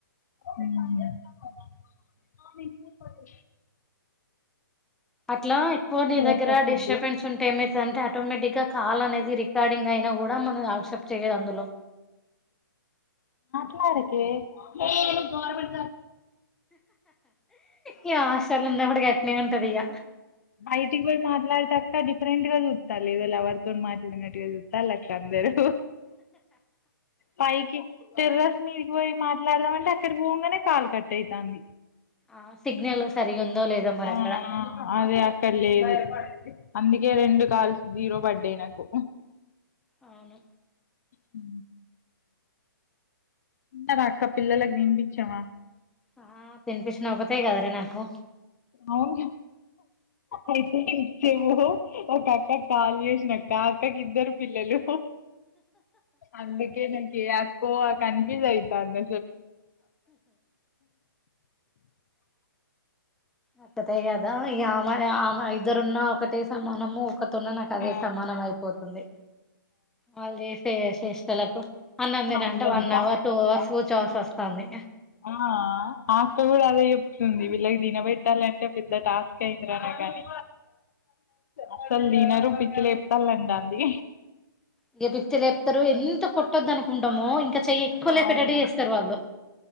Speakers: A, on the left; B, in the centre.
A: ఉమ్ ఆమె కూపడు
B: అట్లా ఎక్కువ నీ దగ్గర
A: అక్క ఫుడ్
B: డిస్టర్బెన్స్ ఉంటే ఏమై అంటే ఆటోమేటిక్ గా కాల్ అనేది రికార్డింగ్ అయినా కూడా మన ఎసెప్ట్ చేయరూ అందులో
A: ట్లాడకే ఓ అని గోల పెడ
B: ఇగ హాస్టల్ ఉన్నప్పుడు గట్నే ఉంటది ఇగ
A: బైటికి పోయి మాట్లాడాక డిఫరెంట్గా చ గది ఏదో లవర్ తో మాట్లాడినట్టు అక్క అందరూ పయికి తెరు రా మీదికి పోయి మాట్లాడదాం అంటే అక్కడికి పోగానే కాలు కట్ అవుతుంది
B: ఆ సిగ్నల్ సరిగా ఉందో లేదో మరి
A: ఆ
B: అక్కడ
A: అదే అక్కడ లేదు అందుకే రెండు కాల్ జీరో బర్డే నాకు
B: అవును
A: హ <inaudible> అక్క పిల్లలకి తినిపించమా
B: ఆ తినిపించిన ఒకతే కదరే నాకు స
A: అవును అయితే ఇ చెేవ ఒక అక్క కాల చేసిన అక్క ఆ అక్కకి ఇద్దరు పిల్లలు అందుకే నేను చేయ అక్కో కాంఫుసే అయితంది
B: ఒకటే కదా ఈ ఆమె ఆమె ఇద్దరున్న ఒకటే మనము ఒకతున్న నాకు అదే
A: ఆ
B: సమానం అయిపోతుంది వాళ్ళు చేసే శేష్టలకు అన్నంతినుటే
A: అవును అల్లరికా
B: వన్ అవర్ టూ అవర్స్ చోస్ వస్తుంది
A: ఆ అక్క కూడా అదే చెప్తుంది వీళ్ళకి తినబెట్టాలంటే పెద్ద టాస్క్ అయిందిరా నాకు కాని అసలు తినరు పిచ్చిలుపుతాలంట అది
B: ఇంక పిక్చర్లుపుతారు ఎంత కొట్టొద్దు అనుకుంటాము ఇంకా చెయ్యి కొల్లే
A: అవునా
B: పెటడి చేస్తారు వాళ్ళు